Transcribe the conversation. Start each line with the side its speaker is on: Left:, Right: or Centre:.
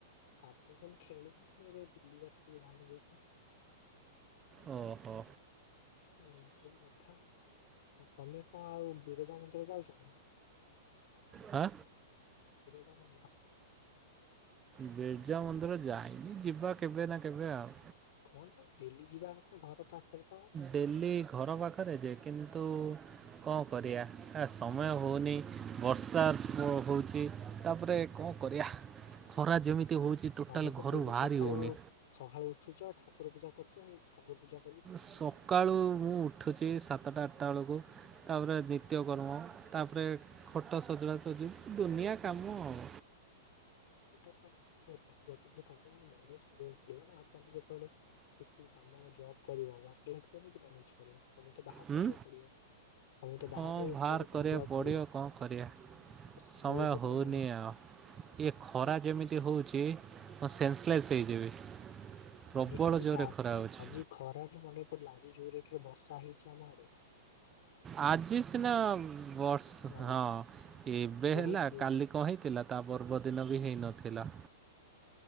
Left: ଆପଣ କଣ ଖେଳୁନି ମୁଁ ଏବେ ବୁଲିବାର ଟ ଧ୍ୟାନ ଦେଇଚି।
Right: ଓ ହୋ।
Left: ଏମତି ସବୁ କଥା। ଆ ତମେ କଣ ଆଉ ବିରଜା ମନ୍ଦିରେ ଯାଇଚ ନା?
Right: ହାଁ।
Left: ବିରଜା ମନ୍ଦିର।
Right: ବିର୍ଜା ମନ୍ଦିର ଯାଇନି। ଯିବା କେବେ ନା କେବେ ଆଉ।
Left: କଣ ତ ଡେଲି ଯିବା କଥା ଘର ପାଖରେ ତମର
Right: ଡେଲି ଘର ପାଖରେ ଯେ କିନ୍ତୁ କଣ କରିବା ଏ ସମୟ ହଉନି ବର୍ଷା ପ ହଉଚି, ତାପରେ କଣ କରିବା? ଖରା ଯେମିତି ହେଉଛି ଟୋଟାଲ୍
Left: ତମେ ତ
Right: ଘରୁ
Left: ଡେଲି
Right: ବାହାରି
Left: ସକାଳୁ
Right: ହେଉନି
Left: ସକାଳୁ ଉଠୁଛଠ। ାକୁର ପୂଜ କରଛୁ ଠାରୂଜା
Right: ସକାଳୁ ମୁଁ ଉଠୁଛି ସାତଟା ଆଠଟା ବେଳକୁ ତା ପରେ ନିତ୍ୟକର୍ମ ତାପରେ ଖଟ ସଜଡ଼ା ସଜଡ଼ି ଦୁନିଆ କାମ ଆଉ
Left: ଟା କିନ୍ତ ତମକୁ ମାନେ କରିବାକୁ ପଡିବ ନାମେ ଯେତେବେ କି କ ଜବ କର ମ ଆଉମ ତ
Right: ହୁଁ
Left: ବାହାରେ ରହିବାକୁ ପଡିବ ଆଉମ
Right: ହଁ ବାହାର
Left: ତ
Right: କରିବାକୁ
Left: ବାହାରେ
Right: ପଡ଼ିବ
Left: ରହିବାକୁ
Right: କ'ଣ କରିବା
Left: ପଡିବ ଯେତେବେଳେ
Right: ସମୟ
Left: ଜବ
Right: ହଉନି
Left: କରିବଳ
Right: ଆଉ।
Left: ତ ନ
Right: ଇଏ ଖରା ଯେମିତି ହେଉଛି ମୁଁ ସେନ୍ସଲେସ୍ ହେଇଯିବି ପ୍ରବଳ
Left: ନିଶ୍ଚିତ
Right: ଜୋରରେ
Left: ଆ
Right: ଖରା ହଉଛି।
Left: ଆଜି ଖରା ମନେ ପିଲ ଆଜି ଜୋର ଏଠ ବର୍ଷ ବର୍ଷା ହେଇଚି ଆମ ଆଡ଼େ
Right: ଆଜି ସିନା ବର୍ଷ,
Left: ମାରିଛି
Right: ହଁ ଏବେ
Left: ବହୁତ
Right: ହେଲା
Left: ଜୋରରେ।
Right: କାଲି କହିଥିଲା ତା ପର୍ବଦିନ ବି ହେଇନଥିଲା। ଥିଲା।